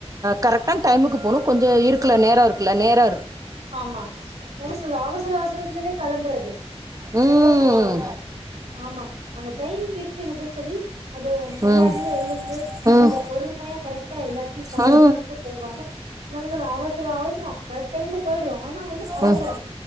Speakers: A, on the right; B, on the right.
A: கரெக்டான டைமுக்கு போனும் கொஞ்ஜோ இருக்குல நேரோ இருக்குல நேரோ
B: ஆமா என்ன சொல்ல அவசர அவசரத்துலயே கெளம்புறது
A: ம்
B: அதா சொல்ல வரீங்க ஆமா அந்த டைமிங் இருக்கு எனக்குனு சொல்லி அது முன்னாடியே
A: ம்
B: எழுந்து
A: ம்
B: கொஞ்ஜோ பொறுமையா கரெக்டா எல்லாத்தையு ஃபாலோ
A: ம் ம்
B: பண்ட்டு போகாம நம்ம சொல்ல அவசரோ அவசரோ கரெக்ட் டைமுக்கு போயிடுவோ ஆனா வந்து அவசரம்
A: ம்